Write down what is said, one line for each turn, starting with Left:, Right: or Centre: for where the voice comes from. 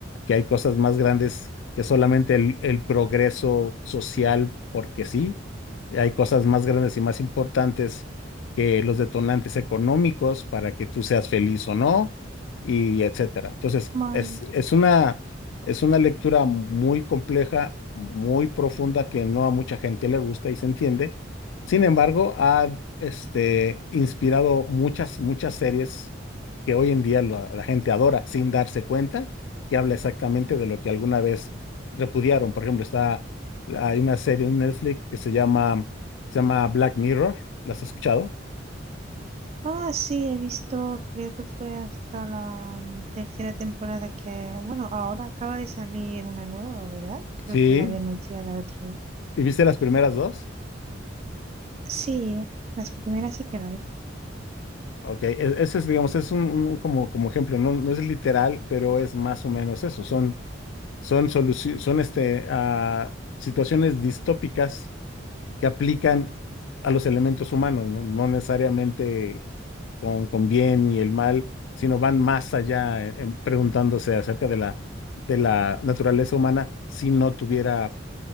Left: que hay cosas más grandes que solamente el, el progreso social, porque sí, hay cosas más grandes y más importantes que los detonantes económicos para que tú seas feliz o no, y etcétera. Entonces,
Right: mayo.
Left: es, es una es una lectura muy compleja, muy profunda, que no a mucha gente le gusta y se entiende. Sin embargo, ha este, inspirado muchas, muchas series que hoy en día lo- la gente adora sin darse cuenta, que habla exactamente de lo que alguna vez repudiaron. Por ejemplo, está, hay una serie en Netflix que se llama, se llama Black Mirror. ¿La has escuchado?
Right: Ah, sí, he visto, creo que fue hasta la mm, tercera temporada que, bueno, ahora acaba de salir una nueva, ¿verdad? Creo
Left: Sí.
Right: que la había anunciada el otro día.
Left: ¿Y viste las primeras dos?
Right: Sí, las primeras sí que la vi.
Left: Ok, e- ese es, digamos, es un, un como, como ejemplo, no, no es literal, pero es más o menos eso. Son, son soluci- son este, ah, situaciones distópicas que aplican a los elementos humanos, no, No necesariamente con, con bien y el mal, sino van más allá en- en preguntándose acerca de la, de la naturaleza humana si no tuviera,